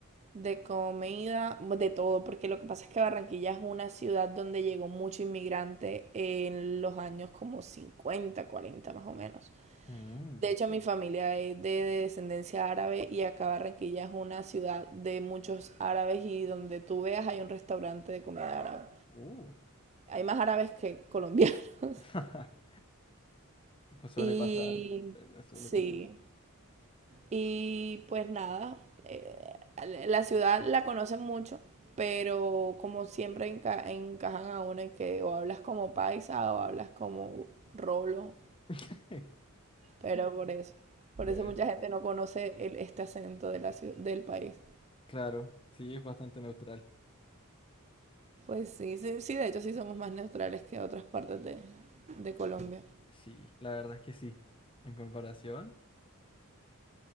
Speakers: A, on the right; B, on the left.
A: De comida, de todo, porque lo que pasa es que Barranquilla es una ciudad donde llegó mucho inmigrante en los años como 50, 40 más o menos.
B: Mm,
A: De hecho, mi familia es de descendencia árabe y acá Barranquilla es una ciudad de muchos árabes y donde tú veas hay un restaurante de comida árabe.
B: uh.
A: Hay más árabes que colombianos. <laughs>
B: <laughs> Pues suele
A: Y
B: pasar, le- le suele
A: sí,
B: pasar.
A: y pues nada, eh, la ciudad la conocen mucho, pero como siempre enca- encajan a uno en que o hablas como paisa o hablas como rolo,
B: <laughs>
A: pero por eso, por
B: Bueno,
A: eso mucha gente no conoce el- este acento de la ciu- del país.
B: claro, sí, es bastante neutral.
A: Pues sí, sí, sí, de hecho sí somos más neutrales que otras partes de, de Colombia.
B: Sí, la verdad es que sí. En comparación,